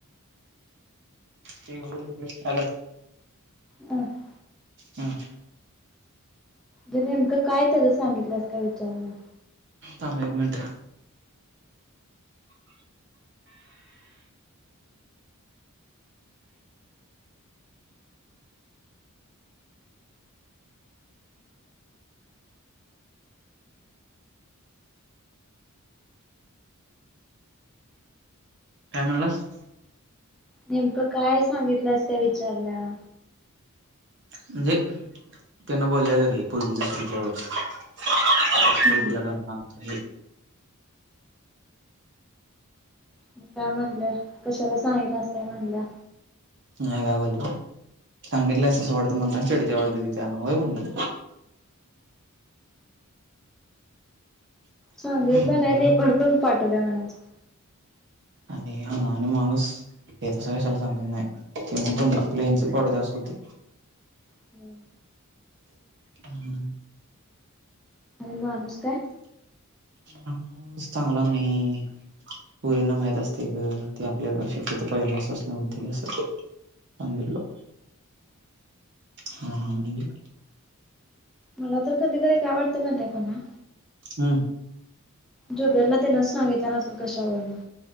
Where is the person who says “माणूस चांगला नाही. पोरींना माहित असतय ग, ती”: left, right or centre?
Right